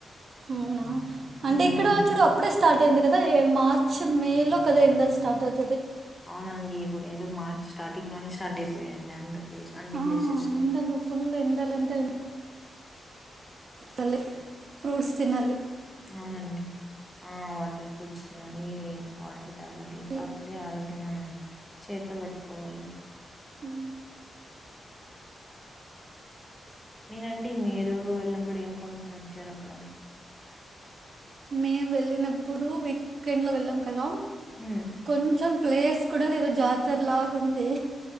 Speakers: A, on the right; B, on the left.
A: అవునా అంటే
B: ఉమ్
A: ఇక్కడ వచ్చడు అప్పుడే స్టార్ట్ అయింది కదా మార్చ్ మే లో కదా ఎండలు స్టార్ట్ అవుతా
B: అవునండి ఇప్పుడు ఏదో మార్చ్ స్టార్టింగ్ లోనే స్టార్ట్ అయిపోయాయండి అంత ప్లేస్ అన్ని
A: ఆ
B: ప్లేసెస్ లో
A: ఎండలు ఫుల్ ఎండలు అంటే <inaudible> ఫ్రూట్ తినాలి
B: అవునండి వాటర్ ఫ్రూట్స్ తినండి వా బట తాగాలి
A: ఈ-
B: అప్పుడే ఆరోగ్యం మనం చేతిలో పెట్టుకోగలుగుతా
A: అవు
B: మీరండి మీరు వెళ్ళినప్పుడు ఏం కొనుక్కొని వచ్చారు అక్కడ
A: మేము వెళ్ళినప్పుడు వీకెండ్లో వెళ్ళాం కదా
B: ఉమ్
A: కొంచెం ప్లేస్ కూడా లేదు జాతర లాగా ఉంది